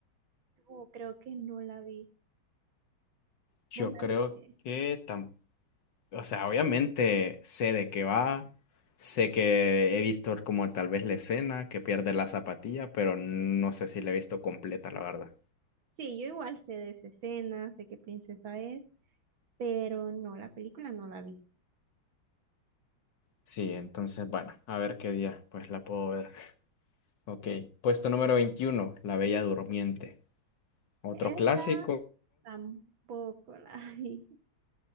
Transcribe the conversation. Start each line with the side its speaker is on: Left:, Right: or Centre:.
Right: oh, creo que no la vi.
Left: Yo
Right: ¿Vos la
Left: creo
Right: viste?
Left: que O sea, obviamente sé de qué va, sé que he visto como tal vez la escena que pierde la zapatilla, pero no sé si la he visto completa, la verdad.
Right: Sí, yo igual sé de esa escena, sé qué princesa es, pero no, la película no la vi.
Left: Sí, entonces, bueno, a ver qué día, pues la puedo ver. Ok, puesto número veintiuno La Bella Durmiente. Otro
Right: Esa
Left: clásico.
Right: tampoco la <laughs> vi.